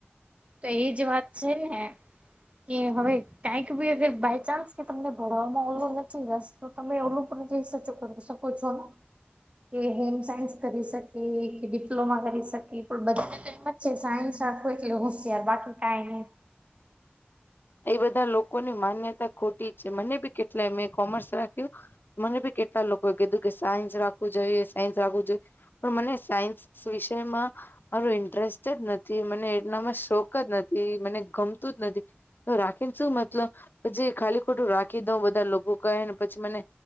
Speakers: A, on the right; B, on the left.
A: તો એ જ વાત છે ને કે હવે કંઈક ભી હવે બાય ચાન્સ કે તમને ભણવામાં ઓલ નથી રસ તો તમે ઓલું પણ કઈ સચ કરી શકો છો. કે હોમ સાયન્સ કરી શકે કે ડિપ્લોમા કરી શકે પણ બધા ને એવું જ છે સાયન્સ રાખું એટલે હોશિયાર બાકી કઈ નહી.
B: એ બધા લોકોની માન્યતા ખોટી છે મને બી કેટલાય મેં કોમર્સ રાખ્યું મને ભી કેટલા લોકોએ કીધું કે સાયન્સ રાખવું જોઈએ, સાયન્સ રાખવું જોઈએ પણ મને સાયન્સ વિષયમાં મારું ઇન્ટરેસ્ટ જ નથી, મને એનામાં શોખ જ નથી, મને ગમતું જ નથી તો રાખીને શું મતલબ, પછી ખાલી ખોટું રાખી દઉં બધા લોકો કહેને પછી મને